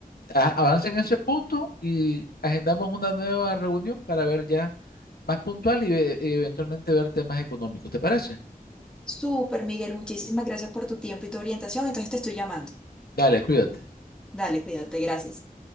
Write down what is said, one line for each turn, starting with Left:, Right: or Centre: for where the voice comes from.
Left: A- avanza en ese punto y agendamos una nueva reunión para ver ya más puntual y ve- eventualmente ver temas económicos. ¿Te parece?
Centre: Súper, Miguel, muchísimas gracias por tu tiempo y tu orientación. Entonces te estoy llamando.
Left: Dale, cuídate.
Centre: Dale, cuídate, gracias.